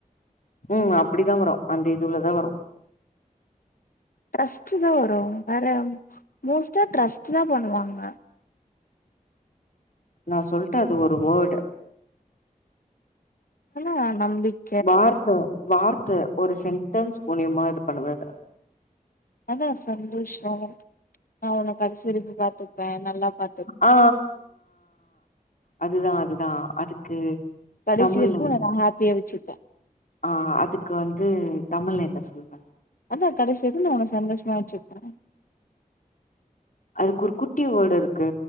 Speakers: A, on the left; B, on the left.
A: ம் அப்படிதா வரு அந்த இதுலதா வரு
B: ட்ரஸ்ட்டு தா வரு வேற மோஸ்ட்டா ட்ரஸ்ட்டு தா பண்ணுவாங்க
A: நா சொல்டே அது ஒரு வேர்டு
B: ஆனா நம்பிக்
A: வார்த்தோ வார்த்த ஒரு சென்டன்ஸ் மூலியமா இது பண்ணுவ இது
B: அதா சந்தோஷோ நா ஒன்ன கடைசி வரைக்கு பாத்துப்பே நல்லா பாத்
A: ஆ அதுதா அதுதா அதுக்கு
B: கடசி
A: தமிழ்ல
B: வரைக்கு உன்ன நா ஹாப்பியா வச்சிருப்பே
A: ஆ அதுக்கு வந்து தமிழ்ல என்ன சொல்வ
B: அதா கடைசி வரைக்கும் நா உன்ன சந்தோஷமா வச்சுப்பே
A: அதுக்கு ஒரு குட்டி வேர்டு இருக்கு